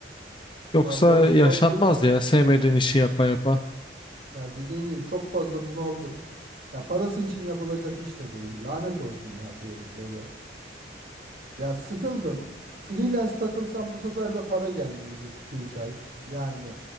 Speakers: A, on the left; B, on the right.
A: Yoksa
B: Vallahi
A: yaşanmaz
B: bunaldım ya.
A: ya sevmediğin işi yapa yapa.
B: Ya dediğin gibi çok fazla bunaldım. Ya parası için yapılacak iş de değil. Lanet olsun ya diyorum böyle. Ya sıkıldım. Freelance takılsam bu sefer de para gelmeyecek iki üç ay. Yani